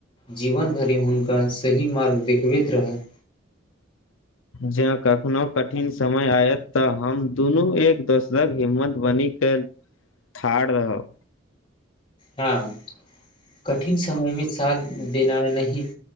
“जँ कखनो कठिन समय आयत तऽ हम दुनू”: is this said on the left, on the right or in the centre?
Left